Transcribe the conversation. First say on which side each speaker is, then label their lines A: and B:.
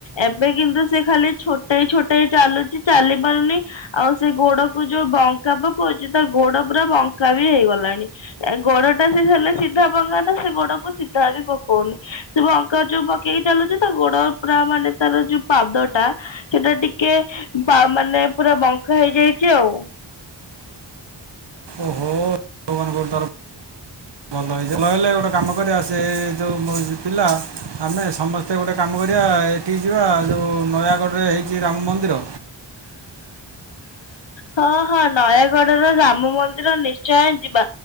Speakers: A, on the left; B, on the right.
A: ଏବେ କିନ୍ତୁ ସେ ଖାଲି ଛୋଟେଇ ଛୋଟେଇ ଚାଲୁଚି ଚାଲି ପାରୁନି ଆଉ ସେ ଗୋଡ ଯୋଉ ବଙ୍କା ପକଉଚି ତା ଗୋଡ ପୁରା ବଙ୍କା ବି ହେଇଗଲାଣି ଏ ଗୋଡ ଟା ସେ ହେଲେ ସି ଧା ପକାନ୍ତା ସେ ଗୋଡ କୁ ସିଧା ବି ପକଉନି ସେ ବଙ୍କା ଯୋଉ ପକେଇ ଚାଲୁଚି ତା ଗୋଡ ପୁରା ଆମ ମାନେ ତାର ଯୋଉ ପାଦ ଟା ସେଟା ଟିକେ ପା ମାନେ ପୁରା ବଙ୍କା ହେଇଯାଇଚି ଆଉ।
B: ଓହୋ ଭଗବାନ ଗୋଡ଼ ତାର ଭଲ ହେଇ ଯାଉ ନ ହେଲେ ଗୋଟେ କାମ କରିବା ସେ ଯଉ ମୋ ପିଲା ଆମେ ସମସ୍ତେ ଗୋଟେ କାମ କରିବା ଏଠି ଯିବା ଯଉ ନୟାଗଡ଼ରେ ହେଇଚି ରାମ ମନ୍ଦିର
A: ହଁ ହଁ ନୟାଗଡ ର ରାମ ମନ୍ଦିର ନିଶ୍ଚୟ ଯିବା